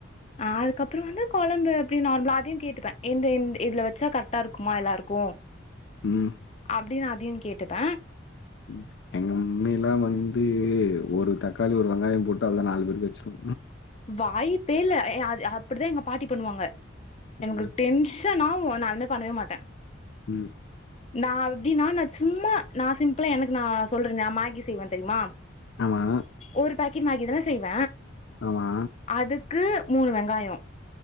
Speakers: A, on the left; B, on the left.
A: அ அதுக்கபற வந்து கொழம்பு அப்டி நார்மலா அதையு கேட்டுப்ப எந்த இந்த இதுல வச்சா கர்ட்டா இருக்குமா எல்லாருக்கு
B: ம்
A: அப்டினு அதையு கேட்டுப்ப
B: ம் எங்க மம்மிலா வந்து ஒரு தக்காளி ஒரு வெங்காயோ போட்டு அதா நாலு பேரு வச்ரு
A: வாய்ப்பே இல்ல எ அ அப்டிதா எங்க பாட்டி பண்ணுவாங்க எங்ளுக்
B: ம்
A: டென்ஸ் சன் ஆவு நா அதுமே பண்ணவே மாட்ட
B: ம்
A: நா எப்டினா நா சும்மா நா சிம்ப்பிளா எனக்கு நா சொல்ற நா மேகி செய்வ தெரிமா
B: ஆமா
A: ஒரு பாக்கெட் மேகி தான செய்வ
B: ஆமா
A: அதுக்கு மூனு வெங்காயோ